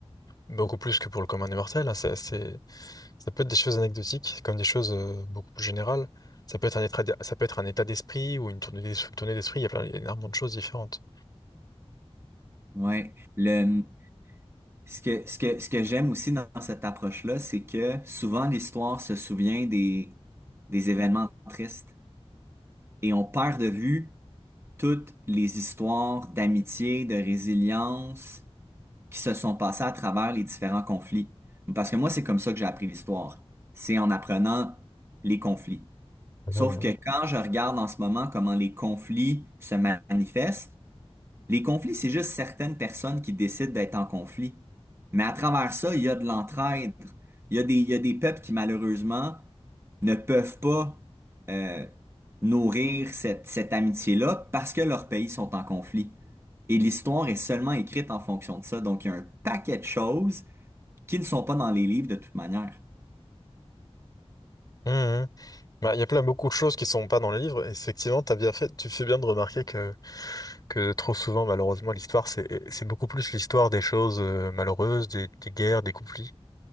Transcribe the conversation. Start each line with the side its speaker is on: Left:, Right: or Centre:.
Left: beaucoup plus que pour le commun des mortels. hein. C'est assez- Ça peut être des choses anecdotiques, comme des choses euh, beaucoup plus générales. Ça peut être un état, d- ça peut être un état d'esprit ou une tournée d'es- tournée d'esprit. Il y a plein, il y a énormément de choses différentes.
Right: Ouais. Le, ce que, ce que, ce que j'aime aussi dans cette approche-là, c'est que souvent l'histoire se souvient des, des événements tristes et on perd de vue toutes les histoires d'amitié, de résilience qui se sont passées à travers les différents conflits. Parce que moi, c'est comme ça que j'ai appris l'histoire. C'est en apprenant les conflits.
Left: Mhm.
Right: Sauf que quand je regarde en ce moment comment les conflits se manifestent, les conflits, c'est juste certaines personnes qui décident d'être en conflit. Mais à travers ça, il y a de l'entraide. Il y a des, il y a des peuples qui, malheureusement, ne peuvent pas euh, nourrir cette, cette amitié-là parce que leurs pays sont en conflit. Et l'histoire est seulement écrite en fonction de ça. Donc, il y a un paquet de choses qui ne sont pas dans les livres de toute manière.
Left: Mhm. Bah, il y a plein beaucoup de choses qui sont pas dans les livres. Et effectivement, t'as bien fait, tu fais bien de remarquer que, que trop souvent, malheureusement, l'histoire, c'est, c'est beaucoup plus l'histoire des choses euh, malheureuses, des, des guerres, des conflits,